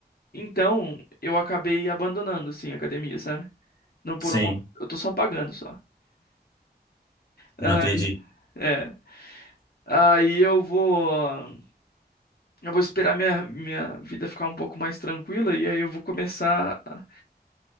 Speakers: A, on the left (about 65°); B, on the left (about 20°).
A: Então, eu acabei abandonando assim a academia, sabe? Não por
B: sim.
A: uma, eu tô só pagando só. Aí,
B: Eu não acredito.
A: é. Aí eu vou, eu vou esperar minha minha vida ficar um pouco mais tranquila e aí eu vou começar, a-